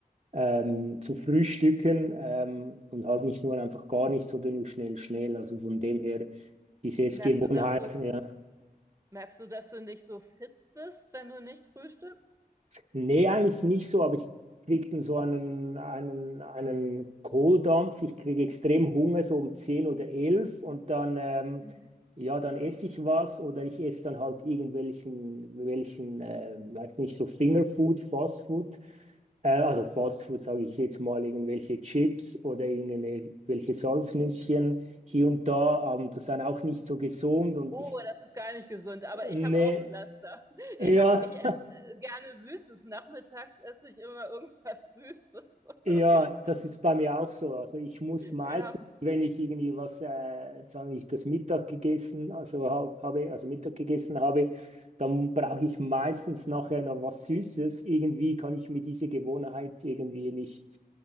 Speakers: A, on the right; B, on the right.
A: ähm, zu frühstücken ähm, und halt nicht nur einfach gar nichts oder nur schnell, schnell. Also von dem her, diese
B: Merkst
A: Gewohnheit,
B: du, dass du
A: ja.
B: Merkst du, dass du nicht so fit bist, wenn du nicht frühstückst?
A: Nee, eigentlich nicht so, aber ich kriege dann so einen, einen, einen Kohldampf. Ich kriege extrem Hunger, so um 10 oder 11 und dann, ähm,
B: Mhm.
A: ja, dann esse ich was oder ich esse dann halt irgendwelchen, welchen, äh, weiß nicht, so Fingerfood, Fastfood. Äh, also Fastfood sage ich jetzt mal, irgendwelche Chips oder irgendwelche Salznüsschen hier und da. Ähm, das ist dann auch nicht so gesund und
B: Oh,
A: ich,
B: das ist gar nicht gesund, aber
A: nee,
B: ich habe auch ein Laster.
A: ja.
B: Ich, ich esse äh, gerne Süßes. Nachmittags esse ich immer irgendwas Süßes.
A: Ja,
B: <laughs>
A: das ist bei mir auch so. Also ich muss meistens,
B: Ja.
A: wenn ich irgendwie was, äh, sagen ich, das Mittag gegessen, also hab, habe, also Mittag gegessen habe, dann brauche ich meistens nachher noch was Süßes. Irgendwie kann ich mir diese Gewohnheit irgendwie nicht,